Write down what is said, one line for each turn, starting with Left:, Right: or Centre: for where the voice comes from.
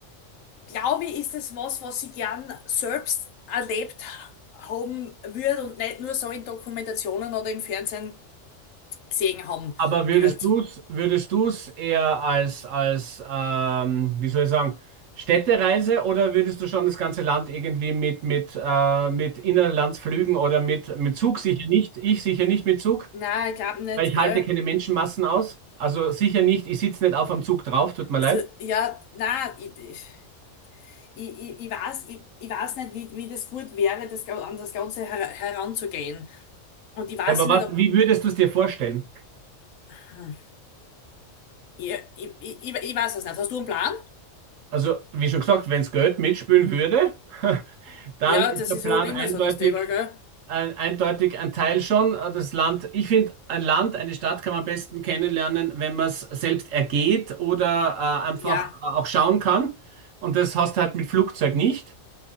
Left: glaube ich, ist es was, was ich gern selbst erlebt haben würde und nicht nur so in Dokumentationen oder im Fernsehen gesehen haben
Right: Aber
Left: würde.
Right: würdest du es würdest du's eher als, als ähm, wie soll ich sagen, Städtereise oder würdest du schon das ganze Land irgendwie mit, mit, äh, mit Inlandsflügen oder mit, mit Zug sicher nicht? Ich sicher nicht mit Zug,
Left: Na, ich glaube nicht,
Right: weil ich
Left: gell?
Right: halte keine Menschenmassen aus. Also sicher nicht, ich sitze nicht auf am Zug drauf, tut mir leid.
Left: Also, ja, na, ich, ich, ich, ich weiß, ich, ich weiß nicht, wie, wie das gut wäre, das, Ga- an das Ganze her heranzugehen. Und ich weiß
Right: Aber
Left: nicht,
Right: was,
Left: ob.
Right: wie würdest du es dir vorstellen?
Left: Hm. Ich, ich, ich, ich weiß es nicht. Hast du einen Plan?
Right: Also, wie schon gesagt, wenn es Geld mitspielen würde, <laughs> dann
Left: Ja,
Right: ist
Left: das
Right: der
Left: ist
Right: Plan
Left: halt immer
Right: eindeutig,
Left: so das Thema, gell?
Right: Ein- Eindeutig ein Teil schon. äh, Das Land, ich finde, ein Land, eine Stadt kann man am besten kennenlernen, wenn man es selbst ergeht oder äh, einfach
Left: Ja,
Right: äh, auch schauen kann. Und das hast du halt mit Flugzeug nicht.